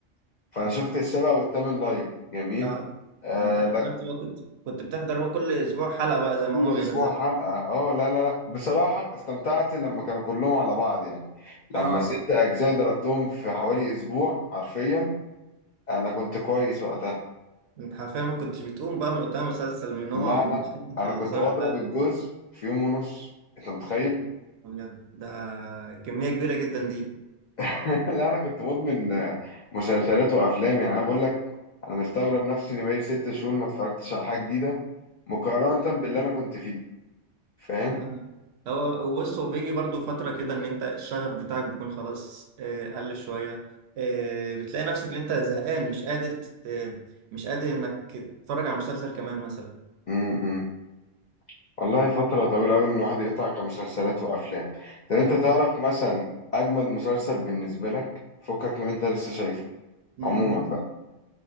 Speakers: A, on the left; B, on the right.
A: فانا
B: أها.
A: شفت السابع والثامن لايف جميل
B: اه
A: آه
B: ده انت حضرت بقى كنت كنت بتحضر بقى كل اسبوع حلقه بقى زي ما
A: كل
B: هما بينزلوا
A: اسبوع حلقه اه لا لا لا بصراحه استمتعت لما كانوا كلهم على بعض يعني لما
B: اه
A: ست اجزاء ضربتهم في حوالي اسبوع حرفيا انا كنت كويس وقتها
B: انت حرفيا ما كنتش بتقوم بقى من قدام مسلسل من نوع
A: لا
B: من
A: لا
B: شدة
A: انا
B: الإثارة
A: كنت بضرب
B: بتاعته
A: الجزء في يوم ونص انت متخيل
B: يا أبيض ده كمية كبيرة جدا دي
A: <laughs> لا انا كنت مدمن آه، مسلسلات وافلام يعني انا بقول لك انا مستغرب نفسي اني بقالي ست شهور ما اتفرجتش على حاجه جديده مقارنه باللي انا كنت فيه فاهم
B: أها. هو بص هو بيجي برضو فترة كده إن أنت الشغف بتاعك بيكون خلاص آه، قل شوية آه، بتلاقي نفسك إن أنت زهقان مش قادر تت... مش قادر إنك تتفرج على مسلسل كمان مثلا
A: م- م. والله فترة طويلة أوي إن الواحد يقطع كمسلسلات وأفلام طب أنت
B: اه بالظبط
A: تعرف مثلا أجمد مسلسل بالنسبة لك فكك من اللي أنت لسه شايفه
B: مهم.
A: عموما بقى